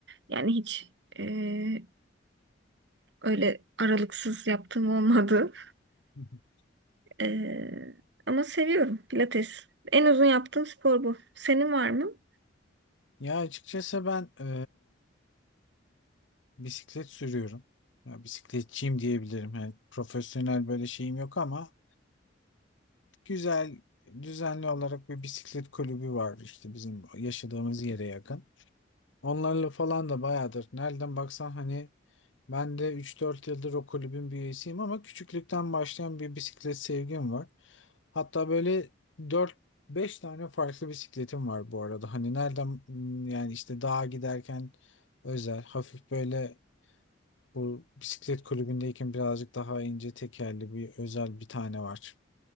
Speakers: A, on the right; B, on the left.
A: Yani hiç e, öyle aralıksız yaptığım olmadı.
B: Hı hı.
A: Ee, ama seviyorum Pilates. En uzun yaptığım spor bu. Senin var mı?
B: Ya açıkçası ben e, bisiklet sürüyorum. Ya bisikletçiyim diyebilirim. Yani profesyonel böyle şeyim yok ama güzel düzenli olarak bir bisiklet kulübü var işte bizim yaşadığımız yere yakın. Onlarla falan da bayağıdır. Nereden baksan hani ben de üç dört yıldır o kulübün bir üyesiyim ama küçüklükten başlayan bir bisiklet sevgim var. Hatta böyle dört beş tane farklı bisikletim var bu arada. Hani nereden m, yani işte dağa giderken özel hafif böyle bu bisiklet kulübündeyken birazcık daha ince tekerli bir özel bir tane var.